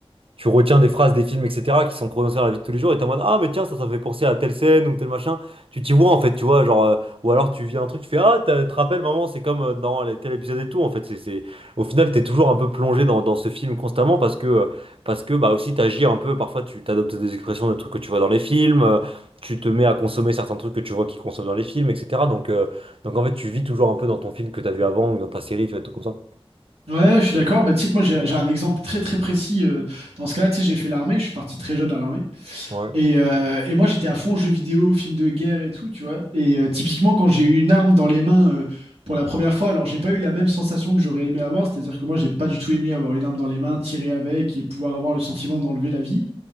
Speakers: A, on the right; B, on the right.
A: tu retiens des phrases des films, etc., qui sont prononcées dans la vie de tous les jours, et t'es en mode, ah, mais tiens, ça, ça me fait penser à telle scène ou tel machin. Tu t'y vois, en fait, tu vois, genre, euh, ou alors tu vis un truc, tu fais, ah, t'as- te rappelles, maman, c'est comme euh, dans les- tel épisode et tout, en fait. C'est, c'est... Au final, t'es toujours un peu plongé dans, dans ce film constamment parce que, euh, parce que, bah, aussi, t'agis un peu, parfois, tu t'adoptes des expressions de trucs que tu vois dans les films, euh, tu te mets à consommer certains trucs que tu vois qu'ils consomment dans les films, etc. Donc, euh, donc, en fait, tu vis toujours un peu dans ton film que t'as vu avant ou dans ta série, tu vois, tout comme ça.
B: Ouais, je suis d'accord, mais tu sais que moi j'ai j'ai un exemple très très précis euh, dans ce cas-là, tu sais, j'ai fait l'armée, je suis parti très jeune à l'armée,
A: Ouais.
B: et, euh, et moi j'étais à fond jeux vidéo, films de guerre et tout, tu vois, et euh, typiquement quand j'ai eu une arme dans les mains euh, pour la première fois, alors j'ai pas eu la même sensation que j'aurais aimé avoir, c'est-à-dire que moi j'ai pas du tout aimé avoir une arme dans les mains, tirer avec et pouvoir avoir le sentiment d'enlever la vie,